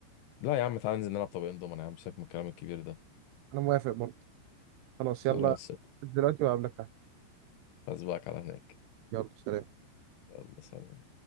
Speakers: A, on the left; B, on the right.
A: لا يا عم تعالى ننزل نلعب طبقين دومنا يا عم سيبك من الكلام الكبير ده
B: انا موافق برضه خلاص يلا
A: خلاص
B: دلوقتي وقابلك تحت
A: أسبقك على هناك
B: يلا سلام
A: يلا سلام